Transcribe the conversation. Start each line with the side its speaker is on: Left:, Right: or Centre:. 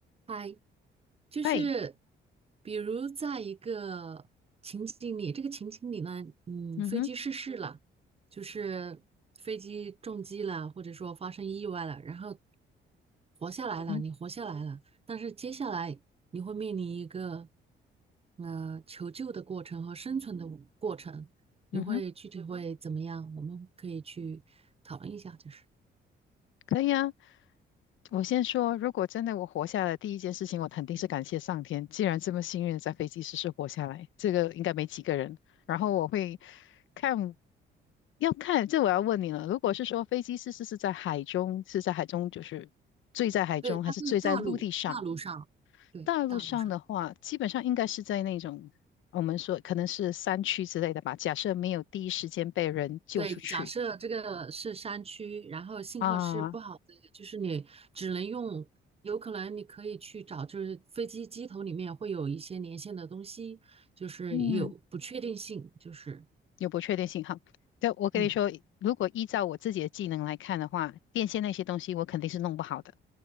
Right: 嗨，就是
Left: 哎，
Right: 比如在一个情景里，这个情景里呢，嗯，
Left: 嗯哼，
Right: 飞机失事了，就是飞机撞击了，或者说发生意外了，然后活下来了，
Left: 嗯哼，
Right: 你活下来了，但是接下来你会面临一个呃求救的过程和生存的过程，
Left: 嗯哼，
Right: 你会具体嗯会怎么样？我们可以去讨论一下，就是
Left: 可以啊。我先说，如果真的我活下来，第一件事情我肯定是感谢上天，既然这么幸运地在飞机失事活下来，这个应该没几个人。然后我会看，要看，这我要问你了。如果是说飞机失事是在海中，是在海中就是坠在海中，
Right: 对，
Left: 还是坠在陆地上？
Right: 它是大陆大陆上，对，
Left: 大陆上的话，
Right: 大陆上。
Left: 基本上应该是在那种我们说可能是山区之类的吧。假设没有第一时间被人救出去。
Right: 对，假设这个是山区，然后信号是不好的，
Left: 啊，
Right: 就是你只能用，有可能你可以去找，就是飞机机头里面会有一些连线的东西，就是有不确定性，
Left: 嗯，
Right: 就是
Left: 有不确定性哈。对，我跟你说，
Right: 嗯
Left: 如果依照我自己的技能来看的话，电线那些东西我肯定是弄不好的。